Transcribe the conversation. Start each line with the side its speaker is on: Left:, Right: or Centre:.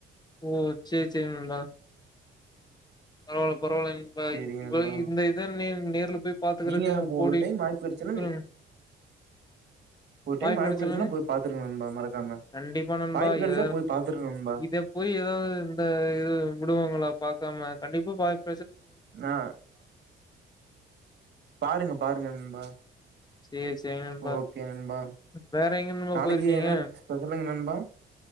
Left: ஓ சேர் சேரி நண்பா ஒ பரவாலைங்க இப்ப
Right: சரிங்க
Left: இவ
Right: நண்பா.
Left: இதன்னே நேர்ல போய் பாத்துக்கறதுக்கு
Right: நீங்க
Left: கோடி
Right: ஒரு டைம் வாய்ப்பு கிடைச்சுன்னா
Left: ஆ <unintelligible>
Right: ஒரு டைம்
Left: வாய்ப்பு கெடச்சுளங்க
Right: கெடச்சுன்னா போய் பாத்துருங்க நண்பா மறக்காம
Left: கண்டிப்பா நண்பா
Right: வாய்ப்பு கெடச்சா
Left: இத
Right: போய் பாத்துருங்க நண்பா
Left: இத போய் எதாது இந்த இத விடுவாங்ளா பாக்காமனாச் கண்டிப்பா பாக்
Right: ஆ பாருங்க பாருங்க நண்பா
Left: சேர் சேரி நண்பா
Right: ஓகே நண்பா
Left: வேற எங்க நண்பா
Right: நாளைக்கு
Left: போய்ருக்கீங்க
Right: என்ன ஸ்பெஷலுங்க நண்பா